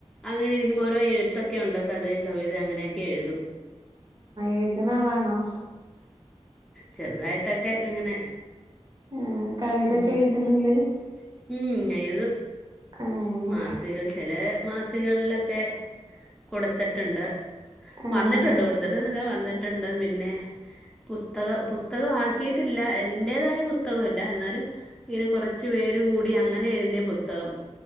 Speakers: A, in the centre; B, on the right.
A: അങ്ങനെ ഇരിക്കുമ്പം ഓരോ എഴുത്തൊക്കെ ഒണ്ട് കഥയും കവിതയും അങ്ങനെയൊക്കെ എഴുതും
B: എഴുതണാളാണോ?
A: ചെറുതായിട്ടൊക്കെ അങ്ങനെ
B: ആഹ് കവിതൊക്കെ
A: ഉം കവിതക്കെ
B: എഴുതലുണ്ട്
A: എഴുതല്ണ്ട് എഴുതും
B: ആഹ്
A: മാസിക ചെലെ മാസികളിലൊക്കെ കൊടുത്തിട്ടുണ്ട്
B: ആഹ്
A: വന്നിട്ടുണ്ട് കൊടുത്തിട്ടൊന്നുല്ല വന്നിട്ടുണ്ട് പിന്നെ പുസ്തകം പുസ്തകമാക്കിയിട്ടില്ല എന്റേതായ പുസ്തകമല്ല എന്നാലും ഇങ്ങനെ കുറച്ച് പേര് കൂടി അങ്ങനെ എഴുതിയ പുസ്തകം